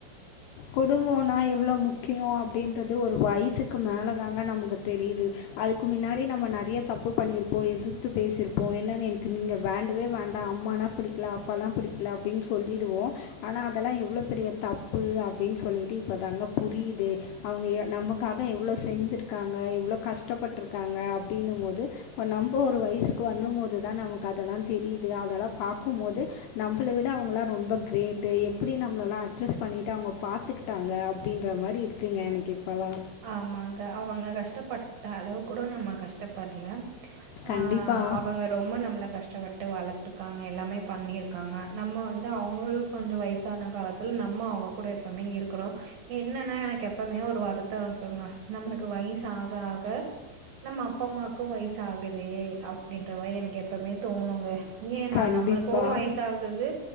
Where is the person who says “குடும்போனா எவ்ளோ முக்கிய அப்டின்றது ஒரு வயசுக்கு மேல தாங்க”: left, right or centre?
Left